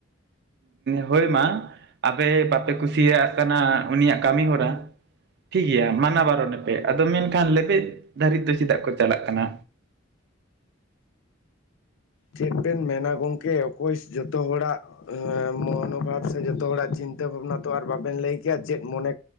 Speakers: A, on the right; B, on the left.
A: ᱦᱳᱭ ᱢᱟ ᱟᱯᱮ ᱵᱟᱯᱮ ᱠᱩᱥᱤᱭᱟᱜ ᱠᱟᱱᱟ ᱩᱱᱤᱭᱟᱜ ᱠᱟᱹᱢᱤ ᱦᱚᱨᱟ ᱴᱷᱤᱠ ᱜᱮᱭᱟ ᱢᱟᱱᱟ ᱵᱟᱨᱚᱱᱮᱯᱮ ᱟᱫᱚ ᱢᱮᱱᱠᱷᱟᱱ ᱞᱮᱵᱮᱫ ᱫᱷᱟᱹᱨᱤᱡ ᱫᱚ ᱪᱮᱫᱟᱜ ᱠᱚ ᱪᱟᱞᱟᱜ ᱠᱟᱱᱟ
B: ᱪᱮᱫ ᱵᱮᱱ ᱢᱮᱱᱟ ᱜᱚᱝᱠᱮ ᱚᱠᱚᱭ ᱡᱚᱛᱚ ᱦᱚᱲᱟᱜ ᱢᱚᱱᱳᱵᱷᱟᱵ ᱥᱮ ᱡᱚᱛᱚ ᱦᱚᱲᱟᱜ ᱪᱤᱱᱛᱟᱹ ᱵᱷᱟᱵᱱᱟ ᱛᱚ ᱟᱨ ᱵᱟᱵᱮᱱ ᱞᱟᱹᱭ ᱠᱮᱭᱟ ᱪᱮᱫ ᱩᱱ